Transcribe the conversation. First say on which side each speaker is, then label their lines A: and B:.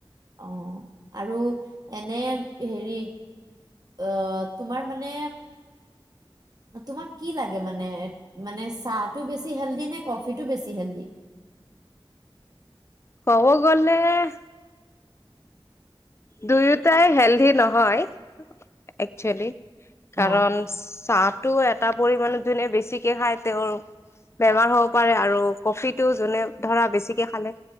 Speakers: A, on the right; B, on the left.
A: অহ ', আৰু এনে হেৰি আহ, তোমাৰ মানে তোমাক কি লাগে? মানে মানে চাহটো বেছি হেল্ডি নে কফিটো বেছি হেল্ডি?
B: কব গলেহ দুয়োটাই হেলদি নহয়? একচুৱেলি।
A: অ'।
B: কাৰণ চাতো এট তা পৰিমানত জুনে বেছিকে খাই তেওঁৰ বেমাৰ হ'ব পাৰে, আৰু কফিটো যোনে ধৰা বেছিকে খালে।